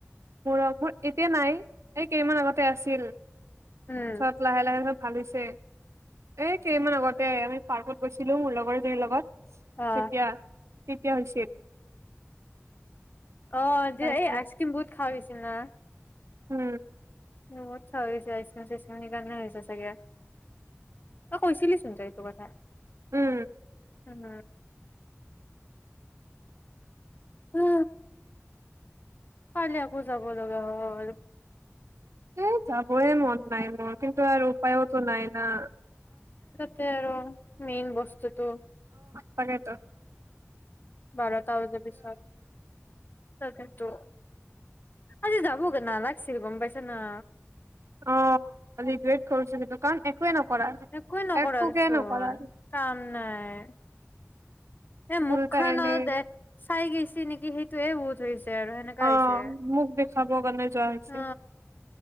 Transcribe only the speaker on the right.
মোৰ মোৰ এতিয়া নাই এই কেইমান আগতে আছিল।
চত লাহে ল আহ ভাল হৈছে এ কেইমান আগতে আমি পাৰ্কত গৈছিলো মোৰ লগৰজনীৰ লগত
তেতিয়া তেতিয়া হৈছিল
তাৰপিছত
উম
উম
এ যাবই মন। নাই মোৰ কিন্তু আৰ উপায়ওতো নাই না।
তাকে টো
অ ৰিগ্ৰেট কৰ থে একোৱে কাৰণ নকৰা
একোকে নকৰা
উল্টা
এনে
অ
মোক দেখাব কাৰণে যোৱা হৈছে